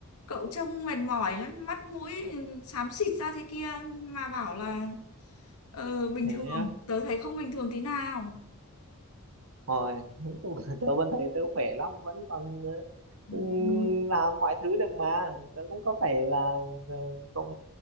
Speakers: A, on the left; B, on the right.
A: cậu trông mệt mỏi lắm mắt mũi ừ, xám xịt ra thế kia mà bảo là ờ, bình
B: thế
A: thường
B: á.
A: tớ thấy không bình thường tí nào
B: Rồi, <laughs> nói chung là tớ vẫn thấy tớ khỏe lắm, vẫn còn ờ, ừ,
A: Ừ.
B: làm mọi thứ được mà. Tớ cũng có phải là ừ, không